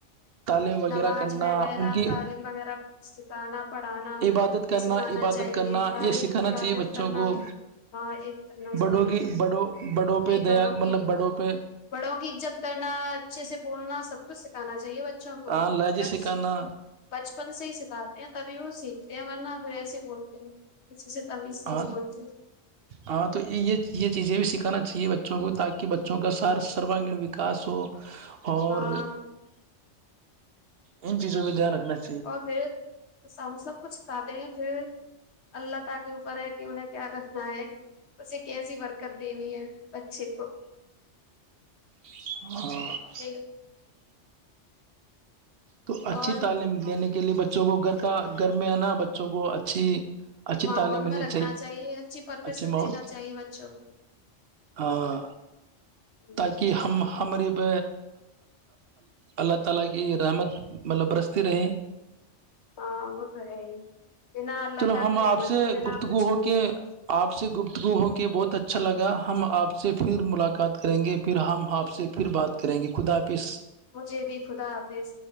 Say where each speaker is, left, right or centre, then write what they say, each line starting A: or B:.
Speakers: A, on the right; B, on the left.
A: تعلیم وغیرہ
B: نواز
A: کرنا
B: وغیرہ
A: ان کی
B: تعلیم وغیرہ سکھانا پڑھانا
A: عبادت کرنا
B: سکھانا
A: عبادت
B: چاہیے
A: کرنا
B: عبادت
A: یہ سکھانا
B: عبادت
A: چاہیے بچوں
B: کرنا
A: کو
B: ہاں یہ کرنا چاہیے
A: بڑوں کی بڑوں بڑوں
B: کہ
A: پہ دیا
B: بڑوں
A: مطلب
B: کی
A: بڑوں پہ
B: بڑوں کی عزت کرنا اچھے سے بولنا سب کچھ سکھانا چاہیے ب اچھا ہو
A: ہاں لہجے
B: جب
A: سکھانا
B: بچپن سے ہی سکھاتے ہیں تبھی وہ سیکھتے ہیں ورنہ پھر ایسے بولتے ہیں اچھا اچھا ت م اسری
A: ہاں
B: نہیں بولتے
A: ہاں تو یہ یہ چیزیں بھی سکھانا چاہیے بچوں کو تاکہ بچوں کا سار سروانگیین وکاس ہو اور
B: ہاں
A: ان چیزوں پہ دھیان رکھنا چاہ
B: اور پھر ہم سب کچھ ک دے ہیں پھر اللہ تع کے اوپر ہے کہ انہیں کیا کرنا ہے بسے کہسی برکت دنی ہے بچے کو
A: <unintelligible>
B: <unintelligible>
A: تو اچھی
B: اور
A: تعلیم لینے کے لیے بچوں کو گھر کا گھر میں ہےناا بچوں کو اچھی اچھی
B: ماحول
A: تعلیم ملنی
B: میں رکھنا چاہیے اچھی پرورش
A: اچھے ماحول
B: دینا چاہیے بچوں کو
A: ہاں
B: جی
A: کہ ہم ہم ر پ اللہ تعالی کی رحمت مطلب برستے رہیں
B: ہاں وہ تو ہے ہی کہ نہ اللہ
A: چلو
B: تعاق
A: ہم آپ
B: رہنا
A: سے
B: پھر نہ
A: گفتگو
B: کچھ
A: ہو
B: نہیں
A: کے آپ سے گفتگو ہو کے بہت اچھا لگا ہم آپ سے پھر ملاقات کریں گے پھر ہم آپ سے پھر بات کریں گے خدا پ
B: مجھے بھی خدا حافظ